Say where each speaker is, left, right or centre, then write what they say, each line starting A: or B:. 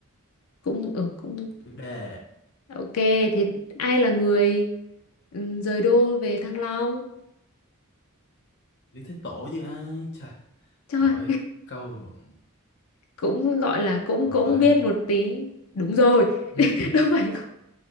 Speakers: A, on the left; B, on the left.
A: cũng ừ cũng
B: Đè,
A: ok thế ai là người ừ, rời đô về Thăng Long
B: Lý Thái Tổ chứ ai. Trời,
A: Trời
B: hỏi câu
A: cũng gọi là cũng
B: đâu
A: cũng
B: phải
A: biết
B: không?
A: một tí đúng rồi
B: <laughs>
A: <laughs> đâu phải không?